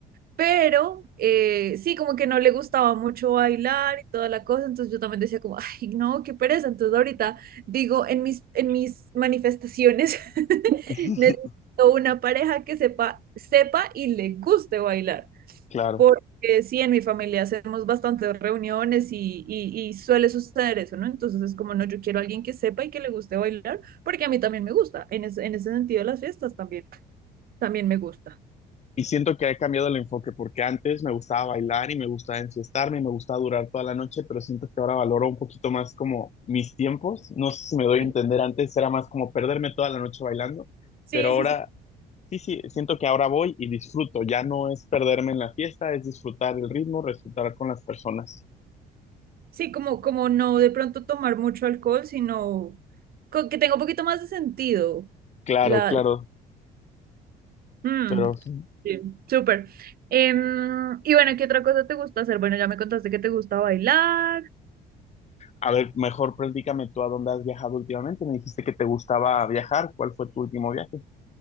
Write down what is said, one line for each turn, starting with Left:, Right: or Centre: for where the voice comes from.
Right: Pero eh, sí, como que no le gustaba mucho bailar y toda la cosa, entonces yo también decía como, <laughs> ay, no, qué pereza. Entonces ahorita digo en mis, en mis manifestaciones, <laughs>
Left: <laughs>
Right: necesito una pareja que sepa, sepa y le guste bailar,
Left: claro.
Right: porque sí, en mi familia hacemos bastantes reuniones y, y, y suele suceder eso, ¿no? Entonces es como, no, yo quiero a alguien que sepa y que le guste bailar, porque a mí también me gusta, en ese, en ese sentido las fiestas también, también me gusta.
Left: Y siento que he cambiado el enfoque porque antes me gustaba bailar y me gustaba enfiestarme y me gustaba durar toda la noche, pero siento que ahora valoro un poquito más como mis tiempos. No sé si me doy
Right: Sí,
Left: a entender, antes era más como perderme toda la noche bailando,
Right: sí,
Left: pero ahora
Right: sí.
Left: sí, sí, siento que ahora voy y disfruto. Ya no es perderme en la fiesta, es disfrutar el ritmo, disfrutar con las personas.
Right: Sí, como, como no de pronto tomar mucho alcohol, sino co- que tenga un poquito más de sentido.
Left: Claro,
Right: La,
Left: claro,
Right: Mm,
Left: pero sí.
Right: sí, súper. Em, y bueno, ¿qué otra cosa te gusta hacer? Bueno, ya me contaste que te gusta bailar.
Left: a ver, mejor platícame tú a dónde has viajado últimamente. Me dijiste que te gustaba viajar. ¿Cuál fue tu último viaje?